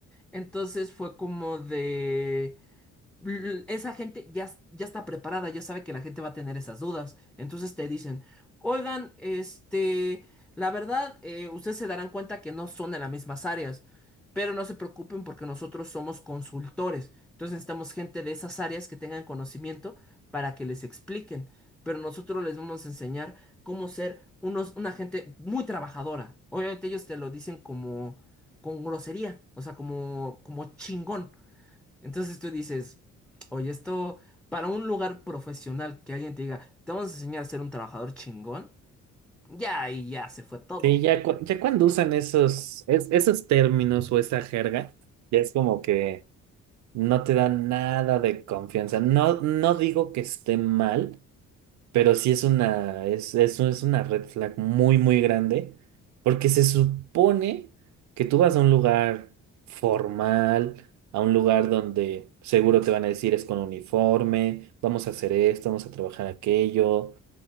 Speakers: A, in the centre; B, on the right.
A: Entonces fue como de... l- esa gente ya, s- ya está preparada, ya sabe que la gente va a tener esas dudas. Entonces te dicen, oigan, este, la verdad, eh, ustedes se darán cuenta que no son de las mismas áreas, pero no se preocupen porque nosotros somos consultores. Entonces necesitamos gente de esas áreas que tengan conocimiento para que les expliquen. Pero nosotros les vamos a enseñar cómo ser unos, una gente muy trabajadora. Obviamente ellos te lo dicen como con grosería, o sea, como, como chingón. Entonces tú dices, oye, esto para un lugar profesional que alguien te diga, te vamos a enseñar a ser un trabajador chingón, ya y ya se fue todo.
B: Sí, ya, cu- ya cuando usan esos, es- esos términos o esa jerga, ya es como que no te dan nada de confianza. No, no digo que esté mal, Pero sí es una, es, es, es una red flag muy, muy grande, porque se supone que tú vas a un lugar formal, a un lugar donde seguro te van a decir es con uniforme, vamos a hacer esto, vamos a trabajar aquello,